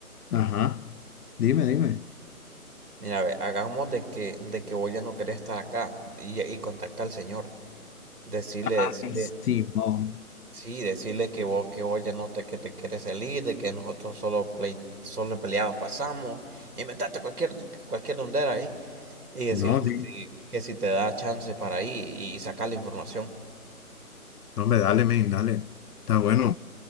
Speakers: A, on the left; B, on the right.
A: Ajá, dime, dime.
B: Mira, ve, hagamos de que, de que vos ya no querés estar acá y, y contactar al señor. Decirle, decirle,
A: Ay, Simón.
B: sí, decirle que vos, que vos ya no te, que te quieres salir, de que nosotros solo play, solo peleados pasamos. Inventate cualquier, cualquier dondera ahí. Y decirle
A: No,
B: que
A: sí.
B: si, que si te da chance para ir y sacar la información.
A: No, me dale, men, dale. Está bueno.